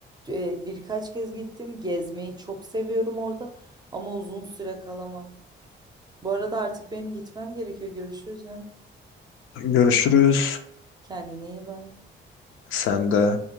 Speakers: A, on the right (about 20°); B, on the left (about 85°).
A: E, birkaç kez gittim. Gezmeyi çok seviyorum orada ama uzun süre kalamam. Bu arada artık benim gitmem gerekiyor. Görüşürüz ya.
B: Görüşürüz.
A: Kendine iyi bak.
B: Sen de.